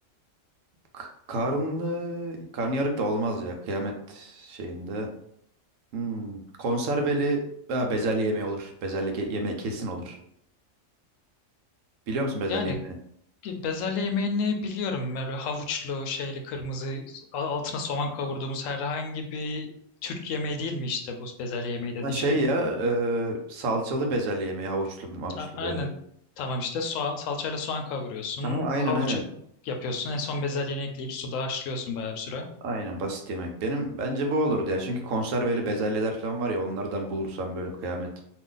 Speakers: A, on the right; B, on the left.
A: K- Karnı karnıyarık da olmaz ya kıyamet şeyinde. Hmm. Konserveli ha, bezelye yemeği olur. Bezelye ke yemeği kesin olur. Biliyor musun bezelye
B: Yani
A: yemeği?
B: bezelye yemeğini biliyorum. Böyle havuçlu, şeyli, kırmızı, altına soğan kavurduğumuz herhangi bir Türk yemeği değil mi işte bu bezelye yemeği dediğin
A: Ha şey
B: şey?
A: ya e, salçalı bezelye yemeği havuçlu havuçlu
B: A- Aynen.
A: böyle.
B: Tamam işte soğan, salçayla soğan kavuruyorsun.
A: Aha aynen
B: Havuç
A: aynen.
B: yapıyorsun. En son bezelyeni ekleyip suda haşlıyorsun bayağı bir süre.
A: Aynen basit yemek. Benim bence bu olurdu ya. Çünkü konserveli bezelyeler falan var ya onlardan bulursam böyle kıyamet